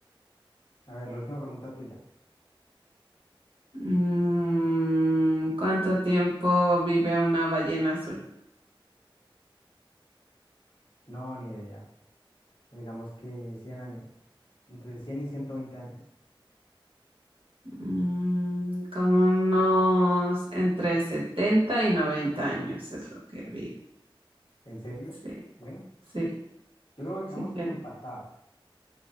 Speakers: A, on the left (about 60°); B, on the right (about 80°).
A: A ver, la última pregunta tuya.
B: Mm, ¿cuánto tiempo vive una ballena azul?
A: No, ni idea. Digamos que 100 años. Entre 100 y 120 años.
B: Mm, como unos entre 70 y 90 años es lo que
A: Eh,
B: vive.
A: ¿En serio?
B: Sí.
A: Bueno,
B: Sí,
A: yo creo que
B: sí
A: quedamos
B: quiero.
A: como empatados.